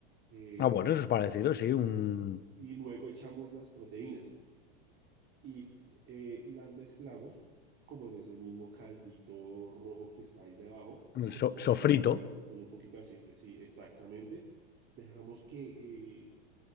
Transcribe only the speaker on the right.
Eh,
y luego echamos las proteínas y eh, las mezclamos como en ese mismo caldito rojo que está ahí debajo,
con
un poquito
de aceite, con un poquito de aceite, sí, exactamente. Dejamos que eh,